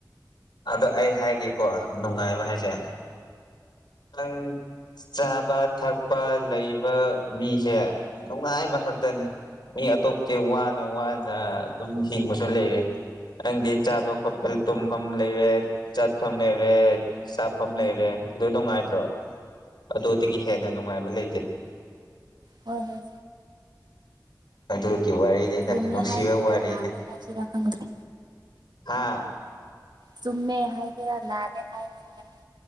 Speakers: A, on the left; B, on the right.
A: ꯑꯗ ꯑꯩ ꯍꯥꯏꯒꯦꯀꯣ ꯅꯨꯡꯉꯥꯏꯕ ꯍꯥꯏꯁꯦ ꯅꯪ ꯆꯥꯕ ꯊꯛꯄ ꯂꯩꯕ ꯃꯤꯁꯦ ꯅꯨꯡꯉꯥꯏ ꯑꯃꯈꯛꯇꯅꯤ ꯃꯤ ꯑꯇꯣꯞꯇꯦ ꯋꯥꯅ ꯋꯥꯅ ꯑꯗꯨꯝ ꯍꯤꯡꯕꯁꯨ ꯂꯩꯔꯦ ꯅꯡꯗꯤ ꯆꯥꯕꯥ ꯈꯣꯠꯄ ꯇꯨꯝꯕꯥꯝ ꯐꯝ ꯂꯩꯔꯦ ꯆꯠꯐꯝ ꯂꯩꯔꯦ ꯆꯥꯐꯝ ꯂꯩꯔꯦ ꯑꯗꯨ ꯅꯨꯡꯉꯥꯏꯇ꯭ꯔꯣ ꯑꯗꯨꯗꯒꯤ ꯍꯦꯟꯅ ꯅꯨꯡꯉꯥꯏꯕ ꯂꯩꯇꯦ
B: ꯍꯣꯏ ꯍꯣꯏ
A: ꯑꯗꯨ ꯋꯥꯔꯤꯅꯤꯗ
B: ꯆꯨꯝꯃꯦ
A: ꯅꯨꯡꯁꯤꯕ
B: ꯆꯨꯝꯃꯦ ꯆꯨꯝꯃꯦ ꯍꯥꯏꯁꯤꯔꯥ
A: ꯋꯥꯔꯤꯅꯤ
B: ꯂꯥꯜꯂꯦ ꯍꯥꯏꯁꯤꯔꯥ ꯈꯪꯗ꯭ꯔꯦ
A: ꯍꯥ
B: ꯆꯨꯃꯦ ꯍꯥꯏꯒꯔ ꯂꯥꯂꯦ ꯍꯥꯏꯔ